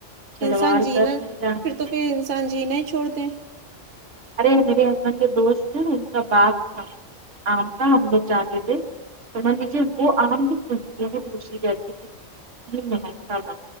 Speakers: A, on the right (about 75°); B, on the right (about 45°).
A: چڑوال
B: انسان جینا
A: کا گھر جانا
B: پھر تو پھر انسان جینا ہی چھوڑ دیں
A: ارے میرے ہسبینڈ کے دوست ہیں ان کا باغ تھا آم کا ہم لوگ جاہتے تھے سمجے وہ عام خوش پوچھی گئی تھی کہ کتنی مہنک زیادہ